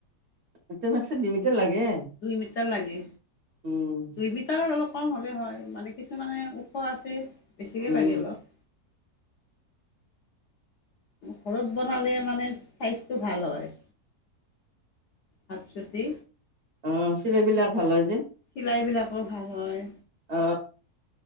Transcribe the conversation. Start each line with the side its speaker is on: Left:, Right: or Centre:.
Right: এটা মেক্সিত দুই মিটাৰ লাগে
Left: দুই মিটাৰ লাগে।
Right: উম
Left: দুই মিটাৰৰ অলপ কম হ'লে হয় মানে কিছুমানে ওখ আছে। বেছিয়ে
Right: উম
Left: লাগে অলপ। ঘৰত বনালে মানে চাইজটো ভাল হয়। হাত চুটি
Right: অ চিলাইবিলাক ভাল হয় যে।
Left: চিলাইবিলাকো ভাল হয়।
Right: অ